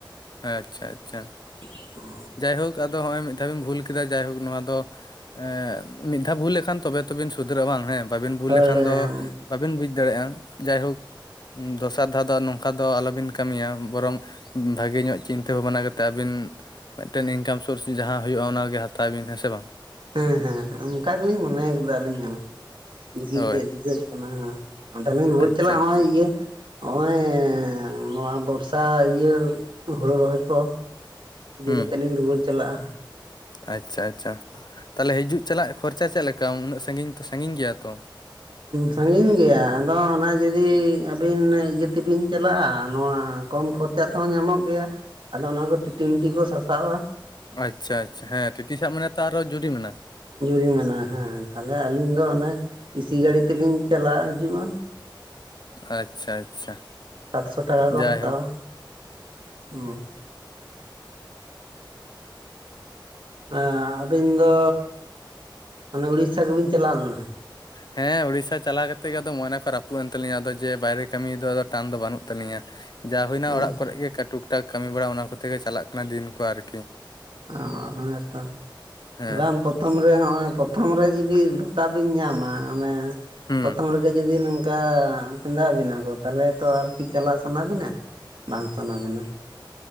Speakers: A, on the left; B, on the right.
A: ᱟᱪᱪᱷᱟ ᱟᱪᱪᱷᱟ᱾
B: <inaudible>
A: ᱡᱟᱭᱦᱳᱠ, ᱟᱫᱚ ᱦᱚᱸᱜᱼᱚᱭ ᱢᱤᱫ ᱫᱷᱟᱣ ᱵᱤᱱ ᱵᱷᱩᱞ ᱠᱮᱫᱟ, ᱡᱟᱭᱦᱳᱠ ᱱᱚᱣᱟ ᱫᱚ ᱮᱸ ᱢᱤᱫ ᱫᱷᱟᱣ ᱵᱷᱩᱞ ᱞᱮᱠᱷᱟᱱ ᱛᱚᱵᱮ ᱛᱚᱵᱤᱱ ᱥᱩᱫᱷᱨᱟᱹᱜᱼᱟ, ᱵᱟᱝ ᱦᱮᱸ᱾ ᱵᱟᱹᱵᱤᱱ ᱵᱩᱡᱞ
B: ᱦᱳᱭ
A: ᱞᱮᱠᱷᱟᱱ
B: ᱦᱳᱭ
A: ᱫᱚ
B: ᱦᱮᱸ
A: ᱵᱟᱹᱵᱤᱱ ᱵᱩᱡ ᱫᱟᱲᱮᱭᱟᱜᱼᱟ᱾ ᱡᱟᱭᱦᱳᱠ ᱫᱚᱥᱟᱨ ᱫᱷᱟᱣ ᱫᱚ ᱟᱨ ᱱᱚᱝᱠᱟ ᱫᱚ ᱟᱞᱚ ᱵᱤᱱ ᱠᱟᱹᱢᱤᱭᱟ᱾ ᱵᱚᱨᱚᱝ ᱵᱷᱟᱹᱜᱮ ᱧᱚᱜ ᱪᱤᱱᱛᱟᱹ ᱵᱷᱟᱵᱽᱱᱟ ᱠᱟᱛᱮᱫ ᱟᱹᱵᱤᱱ ᱢᱮᱫᱴᱮᱱ ᱤᱱᱠᱟᱢ ᱥᱳᱨᱥ ᱡᱟᱦᱟᱸ ᱦᱩᱭᱩᱜᱼᱟ, ᱚᱱᱟ ᱜᱮ ᱦᱟᱛᱟᱣ ᱵᱤᱱ᱾ ᱦᱮᱸ ᱥᱮ ᱵᱟᱝ?
B: ᱦᱮᱸ ᱦᱮᱸ ᱦᱮᱸ, ᱚᱱᱠᱟ ᱜᱮᱞᱤᱧ ᱢᱚᱱᱮ ᱟᱠᱟᱫᱟ ᱟᱹᱞᱤᱧ ᱦᱚᱸ, ᱫᱤᱠᱷᱤ
A: ᱦᱳᱭ
B: ᱪᱮᱫ ᱪᱤᱠᱟᱹᱜ ᱠᱟᱱᱟ ᱦᱟᱸᱜ᱾ ᱦᱟᱸᱰᱮ ᱞᱤᱧ ᱨᱩᱭᱟᱹᱲ
A: ᱟᱪᱪᱷᱟ
B: ᱪᱟᱞᱟᱜᱼᱟ, ᱱᱚᱜᱼᱚᱭ
A: ᱟᱪᱪᱷᱟ
B: ᱤᱭᱟᱹ ᱦᱚᱸᱜ-ᱚᱭ ᱱᱚᱣᱟ ᱵᱚᱨᱥᱟ ᱤᱭᱟᱹ ᱦᱳᱲᱳ ᱨᱚᱦᱚᱭ ᱠᱚᱼᱼ ᱤᱭᱟᱹ
A: ᱦᱩᱸ
B: ᱠᱟᱛᱮᱫ ᱞᱤᱧ ᱨᱩᱣᱟᱹᱲ ᱪᱟᱞᱟᱜᱼᱟ᱾
A: ᱟᱪᱪᱷᱟ ᱟᱪᱪᱷᱟ, ᱛᱟᱦᱚᱞᱮ ᱦᱤᱡᱩᱜ ᱪᱟᱞᱟᱜ ᱠᱷᱚᱨᱪᱟ ᱪᱮᱫ ᱞᱮᱠᱟ ᱩᱱᱟᱹᱜ ᱥᱟᱺᱜᱤᱧ ᱛᱚ ᱥᱟᱺᱜᱤᱧ ᱜᱮᱭᱟ ᱛᱚ᱾
B: ᱥᱟᱺᱜᱤᱧ ᱜᱮᱭᱟ ᱟᱫᱚ ᱚᱱᱟ ᱡᱩᱫᱤ ᱟᱹᱵᱤᱱ ᱤᱭᱟᱹ ᱛᱮᱵᱤᱱ ᱪᱟᱞᱟᱜᱼᱟ, ᱱᱚᱣᱟ ᱠᱚᱢ ᱠᱷᱚᱨ ᱪᱟ ᱛᱮ ᱦᱚᱸ ᱧᱟᱢᱚᱜ ᱜᱮᱭᱟ ᱟᱫᱚ ᱚᱱᱟ ᱠᱚ ᱴᱤ ᱴᱤ ᱢᱤ ᱴᱤ ᱠᱚ ᱥᱟᱥᱟᱵᱼᱟ᱾
A: ᱟᱪᱪᱷᱟ ᱟᱪᱪᱷᱟ, ᱦᱮᱸ ᱴᱤ ᱴᱤ ᱥᱟᱵ ᱢᱟᱱᱮ ᱛᱚ ᱟᱨ ᱦᱚᱸ ᱡᱩᱨᱤᱢᱟᱱᱟ᱾
B: ᱡᱩᱨᱤᱢᱟᱱᱟ ᱦᱮᱸ ᱛᱟᱦᱚᱞᱮ ᱟᱹᱞᱤᱧ ᱫᱚ ᱚᱱᱮ ᱤᱥᱤ ᱜᱟᱹᱲᱤ ᱛᱮᱞᱤᱧ ᱪᱟᱞᱟᱜ ᱦᱤᱡᱩᱜᱼᱟ᱾
A: ᱟᱪᱪᱷᱟ ᱟᱪᱪᱷᱟ᱾
B: ᱥᱟᱛᱥᱚ ᱴᱟᱠᱟ ᱠᱚ
A: ᱡᱟᱭᱦᱳᱠ
B: ᱦᱟᱛᱟᱣᱟ ᱦᱮᱸ᱾ ᱟ ᱟᱹᱵᱤᱱ ᱫᱚ ᱚᱱᱮ ᱩᱲᱤᱥᱥᱟ ᱜᱮ ᱵᱤᱱ ᱪᱟᱞᱟᱣ ᱞᱮᱱᱟ?
A: ᱦᱮᱸ ᱩᱲᱤᱥᱥᱟ ᱪᱟᱞᱟᱣ ᱠᱟᱛᱮᱜ ᱜᱮ ᱟᱫᱚ ᱢᱚᱱᱮ ᱠᱚ ᱨᱟᱹᱯᱩᱫ ᱮᱱ ᱛᱟᱹᱞᱤᱧᱟ, ᱟᱫᱚ ᱡᱮ ᱵᱟᱭᱨᱮ ᱠᱟᱹᱢᱤ ᱫᱚ ᱟᱫᱚ ᱴᱟᱱ ᱫᱚ ᱵᱟᱹᱱᱩᱜ ᱛᱟᱹᱞᱤᱧᱟ᱾ ᱡᱟ ᱦᱩᱭᱱᱟ
B: ᱦᱮᱸ
A: ᱚᱲᱟᱜ ᱠᱚᱨᱮ ᱜᱮ ᱚᱠᱟ ᱴᱩᱠ-ᱴᱟᱠ ᱠᱟᱹᱢᱤ ᱵᱟᱲᱟ ᱚᱱᱟ ᱠᱚᱛᱮ ᱜᱮ ᱪᱟᱞᱟᱜ ᱠᱟᱱᱟ ᱫᱤᱱ ᱠᱚ ᱟᱨᱠᱤ᱾
B: ᱚᱸᱻ ᱦᱮᱸ ᱛᱚ,
A: ᱦᱮᱸ
B: ᱵᱟᱝ ᱯᱚ ᱛᱷᱚᱢ ᱨᱮ ᱦᱚᱸᱜ-ᱚᱭ ᱯᱨᱚᱛᱷᱚᱢ ᱨᱮ ᱡᱩᱫᱤ ᱫᱷᱳᱠᱟ ᱵᱤᱱ ᱧᱟᱢᱟ ᱚᱱᱮ
A: ᱦᱩᱸ
B: ᱯᱨᱚᱛᱦᱚᱢ ᱨᱮᱜᱮ ᱜᱮ ᱡᱩᱫᱤ ᱱᱚᱝᱠᱟ ᱯᱮᱸᱫᱟᱣ ᱵᱤᱱᱟ ᱠᱚ, ᱛᱟᱦᱚᱞᱮ ᱛᱚ ᱟᱨᱠᱤ ᱪᱟᱞᱟᱜ ᱥᱟᱱᱟ ᱵᱤᱱᱟ? ᱵᱟᱝ ᱥᱟᱱᱟ ᱵᱮᱱᱟ᱾